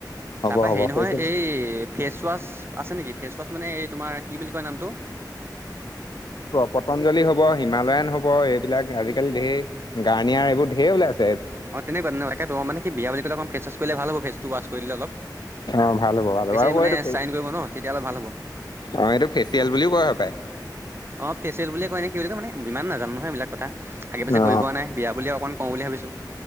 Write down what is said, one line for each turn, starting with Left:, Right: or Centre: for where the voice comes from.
Left: হ'ব
Right: তা পা
Left: হ'ব
Right: হেৰি নহয় এই ফেচৱাছ আছে নেকি ফেচৱাছ মানে এই তোমাৰ কি বুলি কয় নামটো
Left: পটঞ্জলি হ'ব হিমালয়ান হ'ব এইবিলাক আজিকালি ঢেৰ গাৰ্নিয়াৰ এইবোৰ ঢেৰ ওলাই আছ-
Right: অ তেনেকুৱা তেনেকুৱাকে ত মানে কি বিয়া বুলি ক'লে ফেচৱাছ কৰিলে ভাল' ফেচটো ৱাছ কৰি দলে অলপ।
Left: অ ভাল হ'ব ভাল
Right: বেছি
Left: হ'ব আৰু
Right: মানে
Left: এইটো
Right: চাইন কৰিব ন। তেতিয়া অলপ ভাল হ'ব
Left: অ এইটো ফেচিয়েল বুলিও কোৱা হপায়।
Right: অ ফেচিয়েল বুলিয়ে কয় নে কি বুলি কয় মানে ইমান নাজানো নহয় এইবিলাক কথা। আগে পাছে
Left: অ
Right: কৰি পোৱা নাই বিয়া বুলি অকনমান কওঁ বুলি ভাবিছো।